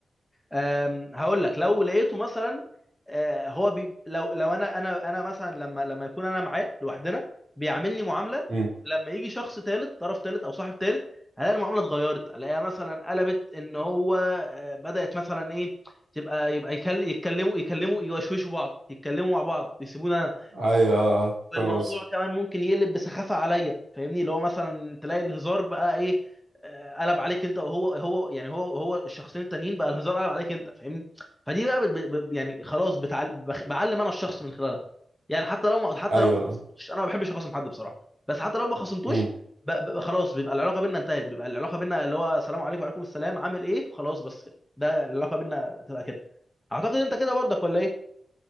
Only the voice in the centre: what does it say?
أم، هقول لك لو لقيته مثلا آه، هو بي لو لو انا انا انا مثلا لما لما يكون انا معاه لوحدنا بيعاملني معامله
لما يجي شخص ثالث طرف ثالث او صاحب ثالث هلاقي المعامله اتغيرت الاقيها مثلا قلبت ان هو آه، بدات مثلا ايه تبقى يبقى يكل- يتكلموا يتكلموا يوشوشوا بعض يتكلموا مع بعض يسيبونا
والموضوع
كمان ممكن يقلب بسخافه عليا فاهمني اللي هو مثلا تلاقي الهزار بقى ايه آه، قلب عليك انت وهو هو يعني هو هو الشخصين التانيين بقى الهزار قلب عليك انت فاهمني فدي بقى بت- ب- ب- يعني خلاص بتعل... بخ- بعلم انا الشخص من خلالها يعني حتى لو ما حتى
لو ما خصمتوش
انا ما بحبش اخصم حد بصراحه بس حتى لو ما خصمتوش
ب... ب... خلاص بيبقى العلاقه بينا انتهت بيبقى العلاقه بينا اللي هو سلام عليكم وعليكم السلام عامل ايه خلاص بس كده ده العلاقه بينا تبقى كده اعتقد انت كده برضك ولا ايه